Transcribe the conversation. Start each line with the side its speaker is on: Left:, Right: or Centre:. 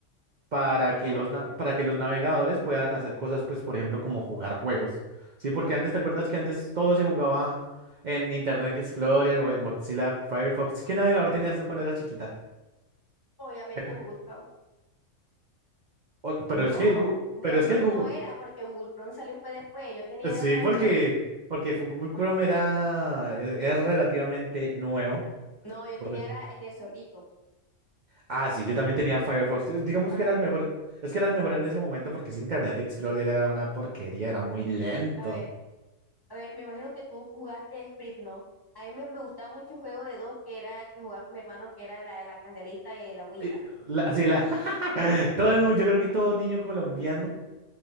Right: para
Left: ujú,
Right: que los, na- para que los navegadores puedan hacer cosas, pues, por ejemplo, como jugar juegos, ¿sí? Porque antes, ¿te acuerdas que antes todo se jugaba en Internet Explorer o en Mozilla Firefox? ¿Qué navegador tenías tú cuando eras chiquita?
Left: Obviamente
Right: Acá.
Left: Google Chrome.
Right: O- pero
Left: No,
Right: es que el, Gu-
Left: Google
Right: pero es
Left: Chrome
Right: que el Google...
Left: no era, porque Google Chrome salió fue después. Yo tenía
Right: Sí,
Left: era Firefox.
Right: porque, porque Google Chrome era, es, es relativamente nuevo.
Left: No, yo
Right: Por
Left: tenía
Right: decir-
Left: era el del zorrito,
Right: Ah, sí, yo también tenía Firefox. eh, Digamos
Left: Firefox.
Right: que era el mejor. Es que era el mejor en ese momento porque ese Internet Explorer era una porquería, era muy lento.
Left: A ver, a ver, me imagino que tú jugaste Script, ¿no? A mí me, me gustaba mucho el juego de dos que era que jugaba con mi hermano, que era la de la candelita y el agüita.
Right: Eh, La, sí, la, <laughs> todo el mundo, yo creo que todo niño colombiano